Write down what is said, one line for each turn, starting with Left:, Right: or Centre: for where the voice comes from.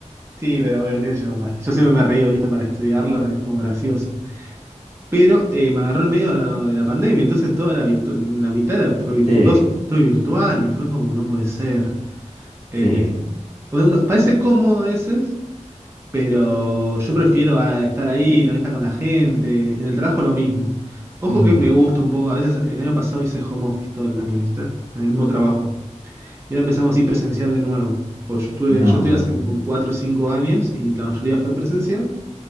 Right: Sí, pero bueno, qué sé yo, para- yo siempre me río, ¿viste? Para estudiarlo es como gracioso. pero eh, me agarró en medio de la pandemia, entonces toda la virtu- la mitad era- fue virtual,
Left: Sí,
Right: dos fue virtual y fue como, no puede ser. Eh,
Left: sí.
Right: o sea, uno- parece cómodo a veces, pero yo prefiero a estar ahí, también estar con la gente, en el trabajo lo mismo. Ojo
Left: Ujú.
Right: que me gusta un poco, a veces el año pasado hice home office todo el año, ¿viste? En el mismo trabajo. Y ahora empezamos así presencial de nuevo. Pues yo estuve,
Left: No.
Right: yo estoy hace como 4 o 5 años y la mayoría fue presencial.